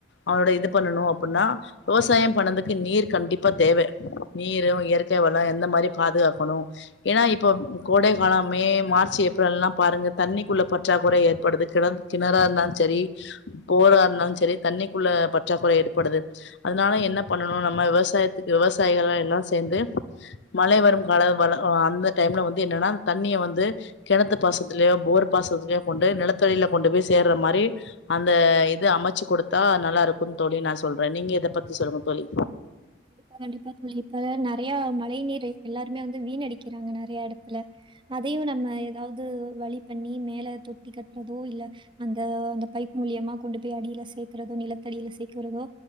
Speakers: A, on the left; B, on the right.
A: அவனோட இது பண்ணணு அப்டின்னா விவசாயம் பண்ணதுக்கு நீர் கண்டிப்பா தேவ நீரு இயற்கை வளோ எந்த மாரி பாதுகாக்கணு ஏன்னா இப்ப கோடை காலம் மே மார்ச் ஏப்ரல்லா பாருங்க தண்ணிக்குள்ள பற்றாக்குறை ஏற்படுது கிட கிணறா இருந்தாலு சரி போரா இருந்தாலு சரி தண்ணிக்குள்ள பற்றாக்குறை ஏற்படுது அதனால என்ன பண்ணணு நம்ம விவசாயத்துக்கு விவசாயிகளா எல்லா சேந்து மழை வரும் கால வல ஓ அ அந்த டைம்ல வந்து என்னன்னா தண்ணிய வந்து கெணத்து பாசத்துலயோ போர் பாசத்துலயோ கொண்டோய் நிலத்தடியியில கொண்டு போய் சேர்ற மாரி அந்த இது அமச்சு கொடுத்தா நல்லா இருக்குன் தோழி நா சொல்றே நீங்க இத பத்தி சொல்லுங்க தோழி
B: இப்ப கண்டிப்பா தோழி இப்ப நறைய மழை நீீர் எல்லாருமே வந்து வீண் அடிக்கிறாங்க நறைய எடத்ல அதையு நம்ம ஏதாவது வழி பண்ணி மேல தொட்டி கட்றதோ இல்ல அந்த அந்த பைப் மூலியமா கொண்டு போய் அடியில சேர்க்கறதோ நிலத்தடியில சேர்க்கறதோ